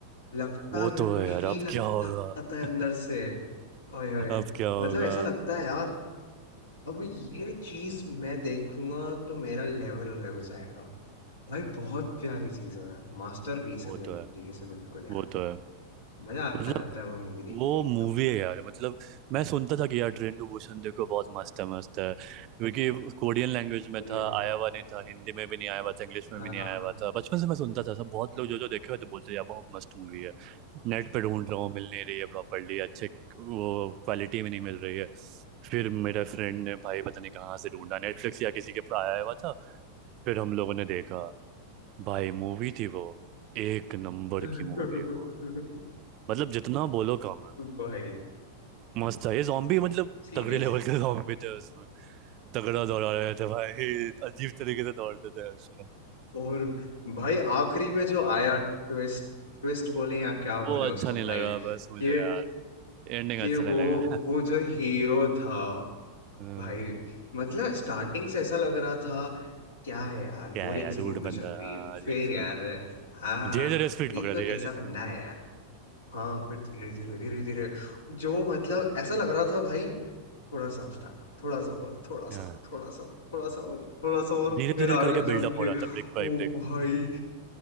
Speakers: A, on the left (about 65°); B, on the right (about 40°).
A: लगता
B: वो
A: है बिल्कुल
B: तो है यार
A: फील
B: अब
A: आता
B: क्या होगा
A: है अंदर से हाय हाय
B: अब क्या होगा
A: मतलब ऐसा लगता है यार अब ये चीज मैं देखूंगा तो मेरा लेवल अलग हो जाएगा भाई बहुत प्यारी चीज है यार मास्टरपीस
B: वो
A: है वो
B: तो
A: एक तरीके
B: है
A: से बिल्कुल यार
B: वो तो है
A: मजा
B: मतलब
A: आ जाता है वो मूवी देख
B: वो
A: के एकदम
B: मूवी है यार मतलब मैं सुनता था कि यार ट्रेन टू बुसान देखो बहुत मस्त है मस्त है क्योंकि कोरियन लैंग्वेज
A: कोरियन
B: में था आया हुआ नहीं था हिंदी में भी नहीं आया हुआ था इंग्लिश में
A: हाँ
B: भी नहीं आया हुआ था बचपन से मैं सुनता था सब बहुत लोग जो जो देखे हुए थे बोलते थे, यार बहुत मस्त मूवी है नेट पे ढूंढ रहा हूँ मिल नहीं रही है प्रॉपरली अच्छे वो क्वालिटी में नहीं मिल रही है फिर मेरा फ्रेंड ने भाई पता नहीं कहाँ से ढूंढा नेटफ्लिक्स या किसी के पर आया हुआ था फिर हम लोगों ने देखा भाई मूवी थी वो एक नंबर
A: <laughs>
B: की मूवी वो मतलब जितना बोलो कम है
A: भाई
B: मस्त था ये जॉम्बी मतलब
A: सीरियसली
B: तगड़े लेवल के जॉम्बी थे उसमें तगड़ा दौड़ा रहे थे भाई अजीब तरीके से दौड़ते थे उसमें
A: <laughs> और भाई आखिरी में जो आया ट्विस्ट ट्विस्ट बोले या क्या
B: वो
A: बोले
B: अच्छा
A: उसको
B: नहीं लगा
A: भाई कि
B: बस मुझे यार एंडिंग
A: कि
B: अच्छा नहीं
A: वो
B: लगा
A: वो
B: <laughs>
A: जो हीरो था
B: हम्म,
A: भाई मतलब स्टार्टिंग से ऐसा लग रहा था क्या है यार
B: क्या
A: बोरिंग
B: है यार
A: सी
B: रूड
A: मूवी
B: बंदा
A: चल रही
B: हाँ,
A: है
B: अजीब
A: फिर
B: से
A: यार हाँ
B: धीरे धीरे स्पीड
A: ये
B: पकड़ा
A: तो
B: धीरे
A: कैसा
B: धीरे
A: बंदा है हाँ फिर धीरे धीरे धीरे धीरे जो मतलब ऐसा लग रहा था भाई थोड़ा सा उस टाइम थोड़ा सा और थोड़ा सा
B: हाँ
A: और थोड़ा सा और थोड़ा सा और थोड़ा सा और
B: धीरे
A: फिर
B: धीरे
A: आगे
B: करके
A: जाके
B: बिल्डअप हो रहा था ब्रेक बाय
A: ओ
B: ब्रेक
A: भाई